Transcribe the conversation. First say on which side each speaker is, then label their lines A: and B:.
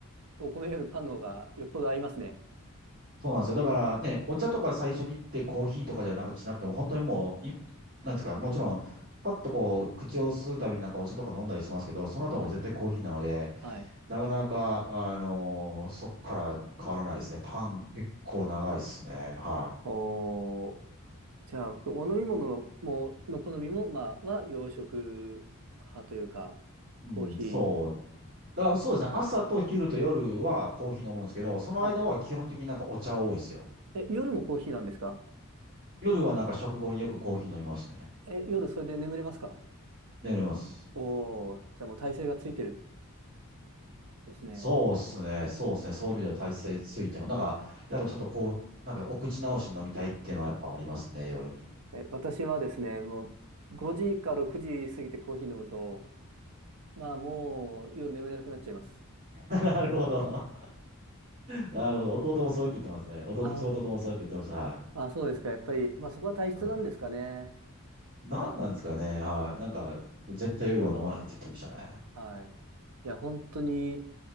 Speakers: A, on the right; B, on the right.
A: お米よりパンの方がよっぽど合いますね。
B: そうなんですよ。だからね、お茶とか最初に行ってコーヒーとかじゃなく、しなくても、本当にもう、い、なんですか、もちろん、パッとこう、口を吸うたびになんかお茶とか飲んだりしますけど、その後も絶対コーヒーなので、
A: はい。はい。
B: なかなか、あのーそっから変わらないですね。パン結構長いですね。は
A: おー、じゃあ、お飲み物の、もう、の好みも、まあ、は洋食派というか、
B: い。
A: コーヒー。
B: うん、そうあ、そうですね。朝と昼と夜はコーヒー飲むんですけど、その間は基本的になんかお茶多いですよ。
A: はい。うんえ、夜もコーヒーなんですか
B: 夜はなんか食後によくコーヒー飲みますね。
A: え、夜それで眠れますか
B: 眠ります。
A: おー、じゃあもう体勢がついてるですね。
B: そうですね。そうですね。そういう意味では体勢ついても、なんか、やっぱちょっとこう、なんかお口直しに飲みたいっていうのはやっぱありますね、夜に。
A: え、私はですね、もう5時か6時過ぎてコーヒー飲むと、まあもう夜眠れなくなっちゃいます。
B: <laughs> なるほど。なるほど。弟もそう言って言ってますね。弟、
A: あ
B: 弟もそう言って言ってました。はい。
A: あ、そうですか。やっぱり、まあそこは体質なんですかね。
B: うん、何なんですかね。はい。なんか、絶対夜は飲まないって言ってましたね。
A: はい。いや、本当に